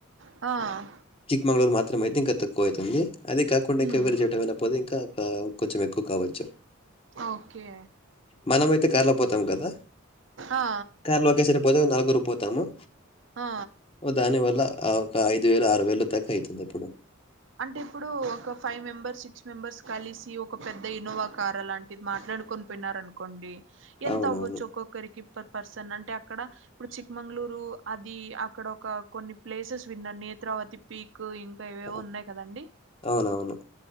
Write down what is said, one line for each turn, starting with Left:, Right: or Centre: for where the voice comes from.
Right: ఆ
Left: చిక్మంగళూరు మాత్రమ అయితే ఇంకా తక్కువ ఐతుంది అదే కాకుండా ఇంకా
Right: ఉమ్,
Left: వేరు చోటా ఏమైనా పోతే ఇంకా ఆ కొంచెం ఎక్కువ కావోచ్చు
Right: ఓకే
Left: మనమ అయితే కార్లో పోతాం కదా
Right: ఆ
Left: కార్లో ఒకేసరి పోతే నలుగురు పోతాము
Right: ఆ
Left: ఓ దాని వల్ల ఒక ఐదు వేలు ఆరు వేలు దాకా అయితుంది ఇప్పుడు
Right: అంటే ఇప్పుడు ఒక ఫైవ్ మెంబెర్స్ సిక్స్ మెంబెర్స్ కలిసి ఒక పెద్ద ఇన్నోవా కార్ అలాంటిది మాట్లాడుకొన్ పోయినారనుకోండి ఎంత
Left: అవునవును.
Right: అవ్వొచ్చు ఒక్కొక్కరికి పర్ పర్సన్ అంటే అక్కడ ఇప్పుడు చిక్మంగళూరు అది అక్కడ ఒక కొన్ని ప్లేసెస్ విన్నా నేత్రవతి పీకు ఇం ఏవేవో
Left: ఆ!
Right: ఉన్నాయి కదండి
Left: అవునవును.